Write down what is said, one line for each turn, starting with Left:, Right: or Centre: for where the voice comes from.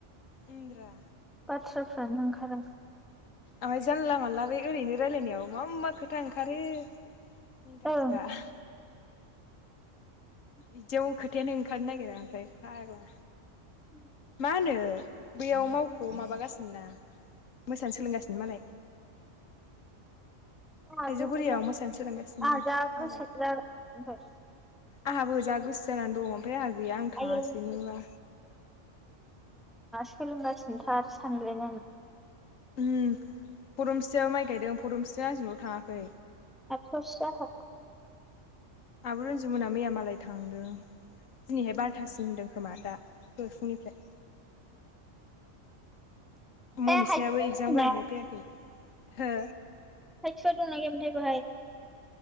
Left: इन्द्रा
Centre: थ्राफ्रानो ओंखारा
Left: ओइ जानला मानला बे ओरैनो रायलायनायाव मा मा खोथा ओंखारो मिनिथावसोखा
Centre: ओं
Left: बिदियाव खोथायानो ओंखारनो नागिरा ओमफ्राय फाग्ला
Centre: <inaudible>
Left: मा नो बैयाव मावखौ माबागासिनो ना मोसानो सोलोंगासिनो मालाय
Centre: <inaudible>
Left: थाइजौगुरियाव मोसानो सोलोंगासिनो
Centre: ओमफाय
Left: मालाय आंहाबो जा गोसो जानानै दं। ओमफ्राय आंहा गैया आं थाङासैनोबा
Centre: आयो <unintelligible> सोलोंगासिनोथार सानदों आरो
Left: उम फुरुमसियाव माइ गायदों फुरुमसि जों आाजोंल थाङाखै
Centre: खाथियावसो जाखागोन
Left: आब रन्जुमोना मैया मालाय थांदों। दिनैहाय बारथासिम होनदों। खोमा दा दोहैफुंनिफ्राय मनिसायाबो
Centre: ए हायथुआ
Left: एगजाम
Centre: दंना
Left: गोनांखाय फैयाखै हो
Centre: होयस दं ना गैया मोन थाय बहाय